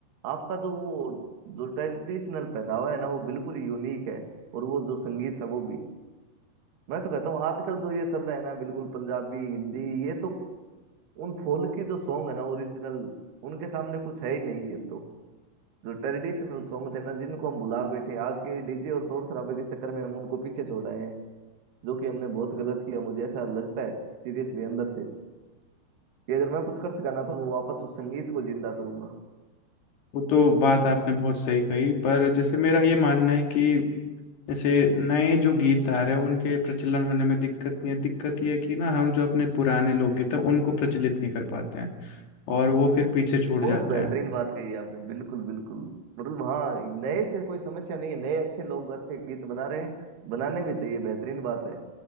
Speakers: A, on the right; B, on the left.
A: आपका जो वो जो ट्रेडिशनल पहनावा है ना वो बिल्कुल यूनिक है और वो जो संगीत है वो भी मैं तो कहता हूँ आजकल जो ये चल रहा है ना बिल्कुल पंजाबी हिंदी ये तो उन फोल्क की जो सॉन्ग है ना ओरिजिनल उनके सामने कुछ है ही नहीं ये तो जो ट्रेडिशनल सॉन्ग थे ना जिनको हम भुला बैठे हैं, आज के डीजे और शोर शराबे के चक्कर में हम उनको पीछे छोड़ आए हैं जो कि हमने बहुत गलत किया मुझे ऐसा लगता है सीरियसली अंदर से कि अगर मैं कुछ कर सका ना तो मैं वापस उस संगीत को जिंदा करूंगा
B: वो तो बात आपने बहुत सही कही पर जैसे मेरा ये मानना है कि जैसे नए जो गीतकार हैं उनके प्रचलन होने में दिक्कत नहीं है दिक्कत यह है कि ना हम जो अपने पुराने लोकगीत हैं तो उनको प्रचलित नहीं कर पाते हैं और वो फिर पीछे छूट
A: बहुत
B: जाते
A: बेहतरीन
B: हैं
A: बात कही आपने बिल्कुल बिल्कुल मतलब हाँ नए से कोई समस्या नहीं है नए अच्छे लोग अच्छे गीत बना रहे हैं बनाने भी चाहिए बेहतरीन बात है